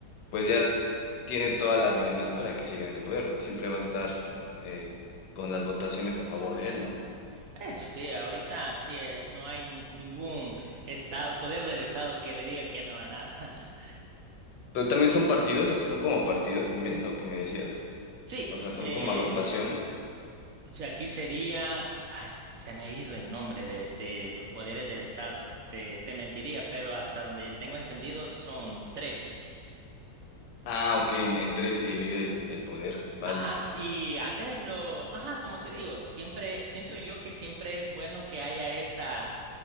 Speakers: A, on the left (about 75°); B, on the right (about 65°).
A: pues ya tiene todas las de ganar para que siga en el poder. Siempre va a estar eh, con las votaciones a favor de él, ¿no?
B: Eso sí, ahorita sí, es, no hay n- ningún estado, poder del estado que le diga que no a nada. <laughs>
A: Pero también son partidos, es- son como partidos también, lo que me decías.
B: Sí,
A: O sea, son
B: eh,
A: como agrupaciones.
B: o sea, aquí sería, ay, se me ha ido el nombre de, de los poderes del estado, te, te mentiría, pero hasta donde tengo entendido son tres.
A: Ah, ok, en, en tres se divide el, el poder, vale.
B: Ajá, y antes lo, ajá, como te digo, siempre siento yo que siempre es bueno que haya esa